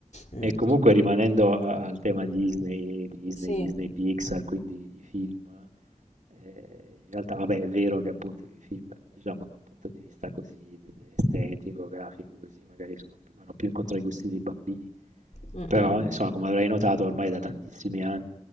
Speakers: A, on the left (about 65°); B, on the right (about 75°).
A: mm,
B: E comunque rimanendo a- al tema Disney, Disney,
A: sì,
B: Disney Pixar, quindi i film, eh, in realtà, vabbè, è vero che appunto i film, diciamo, da un punto di vista così estetico, grafico, così magari sono più- vanno più incontro ai gusti dei bambini,
A: Mm, mm.
B: però,
A: mm.
B: insomma, come avrai notato, ormai è da tantissimi anni